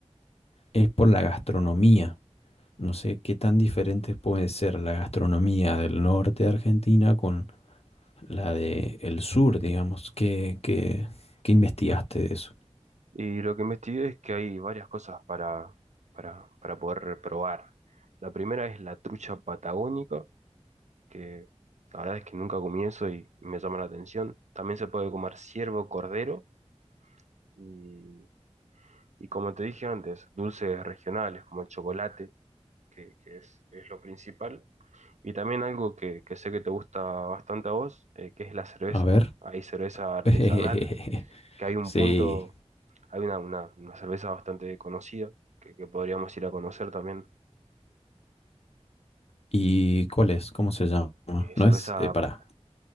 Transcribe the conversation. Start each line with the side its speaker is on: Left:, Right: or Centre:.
Left: es por la gastronomía. No sé qué tan diferente puede ser la gastronomía del norte de Argentina con la de el sur, digamos. ¿Qué, qué, qué investigaste de eso?
Right: Y lo que investigué es que hay varias cosas para, para, para poder probar. La primera es la trucha patagónica, que la verdad es que nunca comí eso y me llama la atención. También se puede comer ciervo, cordero y, y como te dije antes, dulces regionales como el chocolate, que, que es, es lo principal. Y también algo que, que sé que te gusta bastante a vos, eh, que es la cerveza.
Left: A ver.
Right: Hay cerveza artesanal,
Left: <laughs>
Right: que hay un
Left: Sí,
Right: punto Hay una, una- una cerveza bastante conocida que, que podríamos ir a conocer también.
Left: ¿Y cuál es? ¿Cómo se llama?
Right: Eh,
Left: ¿No
Right: cerveza,
Left: es eh, para